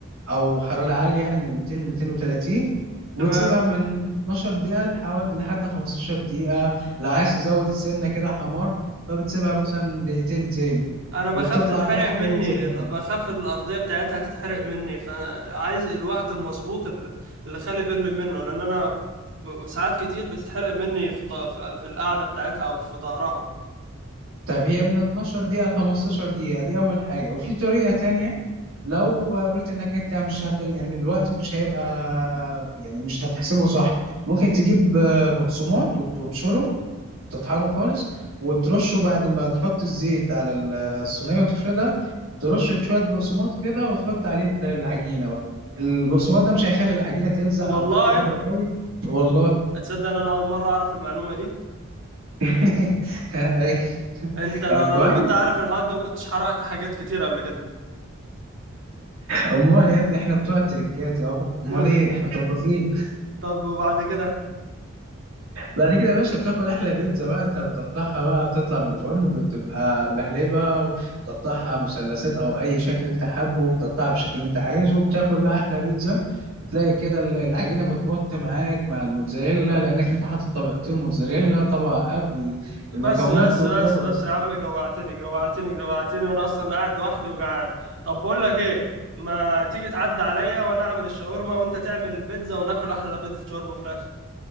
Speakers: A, on the right (about 80°); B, on the right (about 65°).
A: او حراره عاليه يعني من 200 ل 230 وتسيبها
B: تمام
A: من 12 دقيقه لحوالي لحد 15 دقيقه لو عايز تزود سنه كده حمار فبتسيبها مثلا دقيقتين تاني
B: انا بخاف
A: وبتطلع
B: تتحرق
A: بقى احلى
B: مني
A: بيتزا بتاكلها
B: بخاف الارضيه بتاعتها تتحرق مني فعايز الوقت المظبوط اللي اللي خلي بالي منه لان انا ب- ساعات كتير بتتحرق مني في ض- في في القعده بتاعتها او في ظهرها
A: طب هي من 12 دقيقه ل 15 دقيقه دي اول حاجه وفي طريقه تانية لو قلت انك انت مش هت... يعني الوقت مش هيبقى يعني مش هتحسبه صح ممكن تجيب آه، بقسماط وتبشره تطحنه خالص وترشه بعد ما تحط الزيت على ال- الصينية وتفردها ترش شوية بقسماط كده وتحط عليه العجينة بقى البقسماط ده مش هيخلي العجينة تلزق
B: والله
A: أو تحمر قوي والله
B: اتصدق ان انا اول مره اعرف المعلومه دي
A: <laughs>
B: انت لو
A: طب
B: انا
A: كويس
B: لو كنت عارف الحوار ده وكنتش حرقت حاجات كتير قبل كده
A: امال يا ابني احنا بتوع التركات يابا
B: <laughs>
A: امال ايه احنا طباخين
B: طب وبعد كده
A: بعد كده يا باشا بتاكل احلى بيتزا بقى انت بتقطعها بقى بتطلع من الفرن بتبقى ملهلبه بتقطعها مثلثات او اي شكل انت حابه بتقطعها بالشكل اللي انت عايزه وبتاكل بقى احلى بيتزا هتلاقي كده ال- العجينه بتمط معاك مع الموتزاريلا لانك انت حاطط طبقتين موتزاريلا طبقه قبل
B: بس
A: المكونات
B: بس
A: وطبقه
B: بس بس يا عم جوعتني جوعتني جوعتني وانا اصلا قاعد لوحدي وجعان طب بقول لك ايه ما تيجي تعدي عليا وانا اعمل الشاورما وانت تعمل البيتزا وناكل احلى بيتزا شاورما فراخ